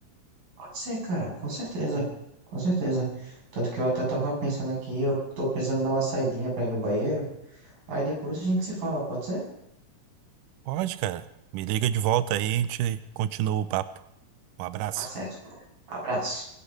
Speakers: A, on the right (about 55°); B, on the right (about 80°).
A: Pode ser, cara, com certeza. Com certeza. Tanto que eu até tava pensando aqui, eu tô precisando dar uma saidinha pra ir no banheiro. Aí depois a gente se fala, pode ser?
B: Pode, cara. Me liga de volta aí, e a gente continua o papo. Um abraço.
A: Tá certo, cara. Abraço.